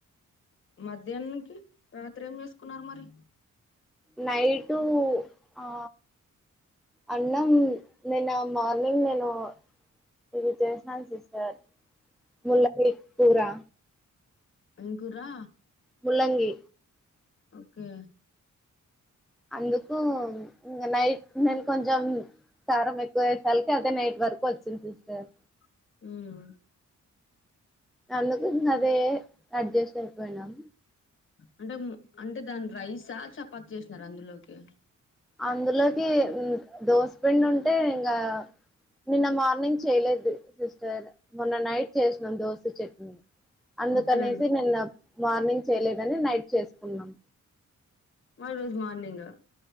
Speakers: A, on the left; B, in the centre.
A: మధ్యాహ్నంకి రాత్రి ఏం చేసుకున్నారు మరి
B: నైటూ ఆ అన్నం నిన్న మార్నింగ్ నేనూ ఇది చేషను సిస్టర్ ముల్ల పొడి కూరా
A: ఏం కురా
B: ముల్లంగి
A: ఓకే
B: అందుకూ ఇంగ నైట్ నేను కొంచం కారం ఎక్కువ అయెసర్కి అదే నైట్ వరకు వచ్చింది సిస్టర్
A: మ్
B: అందుకు ఇంగ అదే అడ్జస్ట్ అయిపోయినం
A: అంటె మ్ అంటె దాని రైసా చపాతి చేషినరా అందులోకి
B: అందులోకి దోశ పిండి ఉంటే ఇంగా నిన్న మార్నింగ్ చేయలేదు సిస్టర్ మొన్న నైట్ చేసినం దోస్ ఉత్త చట్నీ అందుకనేసి
A: ఓకే అండి
B: నిన్న మార్నింగ్ చేయలేదని నైట్ చేసుకున్నాం
A: మరోజు మార్నింగా